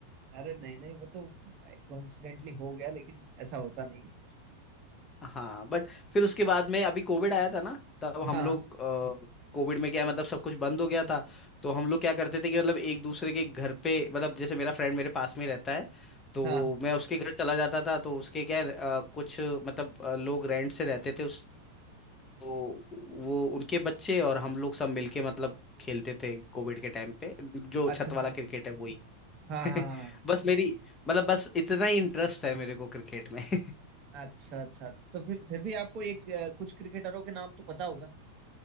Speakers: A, on the right; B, on the left.
A: अरे नहीं नहीं वो तो कोइंसिडेंटली हो गया लेकिन ऐसा होता नहीं
B: हाँ बट फिर उसके बाद में अभी कोविड आया था ना तब हम
A: हाँ
B: लोग
A: हाँ
B: कोविड में क्या है, मतलब सब कुछ बंद हो गया था तो हम लोग क्या करते थे कि मतलब एक दूसरे के घर पे मतलब जैसे मेरा फ्रेंड मेरे पास में ही रहता है तो
A: हाँ,
B: मैं उसके घर चला जाता था तो उसके क्या है, अ, कुछ मतलब अ, लोग रेंट से रहते थे उस तो वो उनके बच्चे और हम लोग सब मिलके मतलब खेलते थे कोविड के टाइम पे जो
A: अच्छा
B: छत
A: अच्छा
B: वाला क्रिकेट है वही
A: हाँ
B: <laughs>
A: हाँ
B: बस मेरी मतलब बस इतना ही इंटरेस्ट है मेरे को क्रिकेट में <laughs>
A: अच्छा अच्छा तो फिर फिर भी आपको एक अ, कुछ क्रिकेटरों के नाम तो पता होगा